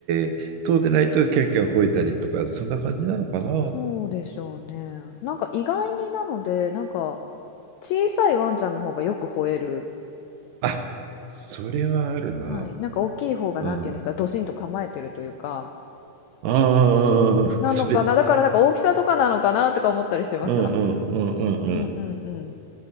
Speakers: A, on the right; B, on the left.
A: で、そうでないとキャンキャン吠えたりとか、そんな感じなのかな。
B: そうでしょうね。なんか意外になので、なんか小さいワンちゃんの方がよく吠える。
A: あ、それはあるな。
B: はい。なんか大きい方がなんていうんですか、
A: うん。
B: ドシンと構えてるというか。
A: ああ、
B: なのかな。
A: それ。
B: だからなんか大きさとかなのかなとか思ったりしてました。
A: うんうんうんうん
B: うんうんう